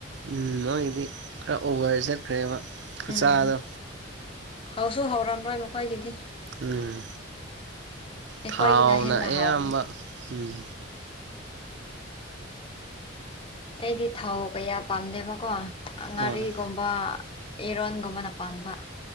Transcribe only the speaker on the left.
ꯎꯝ ꯍꯧꯁꯨ ꯍꯧꯔꯝꯂꯣꯏ ꯃꯈꯣꯏꯒꯤꯗꯤ
ꯑꯩꯈꯣꯏꯒꯤꯅ
ꯍꯦꯟꯅ
ꯍꯥꯎꯕꯅꯤ
ꯑꯩꯗꯤ ꯊꯥꯎ ꯀꯌꯥ ꯄꯥꯝꯗꯦꯕꯀꯣ ꯉꯥꯔꯤꯒꯨꯝꯕ
ꯑꯦꯔꯣꯅ ꯀꯕꯅ ꯄꯝꯕ